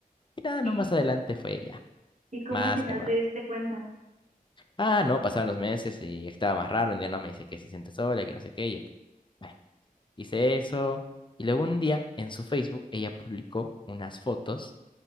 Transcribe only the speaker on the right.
¿y
¿Y cómo
al final
te diste cuenta?